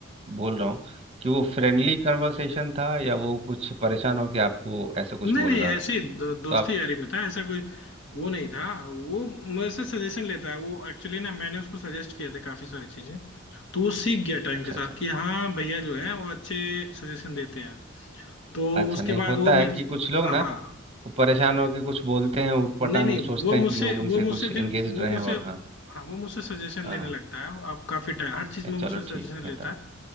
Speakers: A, on the right; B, on the left.
A: बोल रहा हूँ कि वो फ्रेंडली कन्वर्सेशन था या वो कुछ परेशान हो के आपको ऐसा कुछ
B: नहीं
A: बोल
B: नहीं
A: रहा
B: ऐसे
A: था
B: ही दो, दोस्ती
A: तो आप
B: यारी में था ऐसा कोई वो नहीं था वो मेरे से सजेशन लेता है वो एक्चुअली ना मैंने उसको सजेस्ट किया था काफी सारी चीजें तो वो सीख गया टाइम
A: अच्छा
B: के साथ
A: अच्छा अच्छा
B: कि हाँ भैया जो है वो अच्छे सजेशन देते हैं तो
A: अच्छा
B: उसके
A: नहीं
B: बाद
A: होता
B: वो मेरे
A: है कि कुछ लोग
B: हाँ
A: ना वो परेशान होके कुछ बोलते हैं ऊटपटांग
B: नहीं नहीं
A: सोचते
B: वो
A: हैं
B: मुझसे
A: कि लोग उनसे
B: वो मुझसे
A: कुछ एंगेज
B: फिर वो
A: रहे
B: मुझसे
A: हैं और हाँ
B: हाँ वो मुझसे सजेशन
A: हाँ
B: लेने लगता है अब काफी टाइम हर चीज
A: हाँ,
B: में मुझसे
A: चलो
B: सजेशन
A: ठीक
B: लेता
A: है तब
B: है